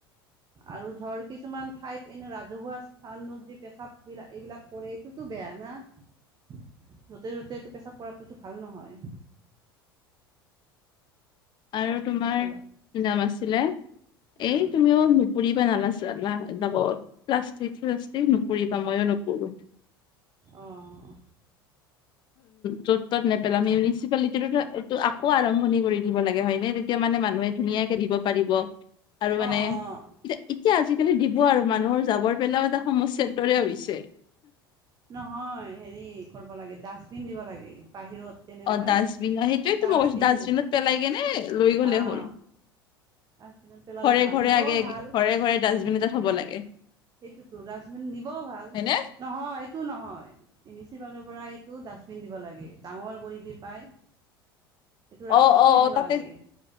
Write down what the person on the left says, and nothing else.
<inaudible> আৰু তোমাৰ
কি নাম আছিলে
এই তুমিও পুৰিবা নালাছে জাবৰ প্লাষ্টিক শ্লাষ্টিক নুপুৰিবা মইও নুপুৰো
য'ত ত'ত নেপেলাম মিউনিচিপালিটি টো আকৌ আৰম্ভণি কৰি দিব লাগে হয় নে তেতিয়া মানে মানুহে ধুনীয়াকে দিব পাৰিব, আৰু মানে
এ
এতিয়া আজিকালি দিব আৰু মানুহৰ যাবৰ পেলাও এটা সমস্যাৰ দৰে হৈছে।
অ ডাষ্টবিন সেইটোৱে টো
কৈ ডাষ্টবিনত পেলাই কেনে লৈ গলে
হ'ল।
ঘৰে
ঘৰে
আগে
আগে ঘৰে ঘৰে ডাষ্টবিন এটা থ'ব লাগে।
হয়নে
অ অ
অ
তাতে